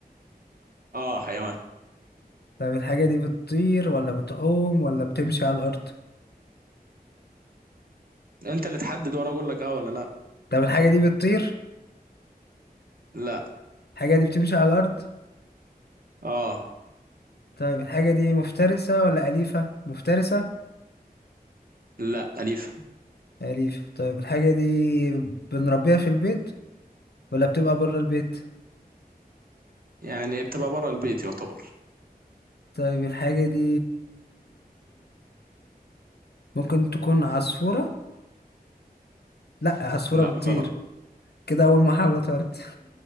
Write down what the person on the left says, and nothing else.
طب الحاجة دي بتطير ولا بتعوم ولا بتمشي على الأرض
طب الحاجة دي بتطير
الحاجة دي بتمشي على الأرض
طيب الحاجة دي مفترسة ولا أليفة مفترسة
أليفة طيب الحاجة دي بنربيها في البيت ولا بتبقى بره البيت
طيب الحاجة دي ممكن تكون عصفورة لا عصفورة
بتطير
كده أول محاولة طارت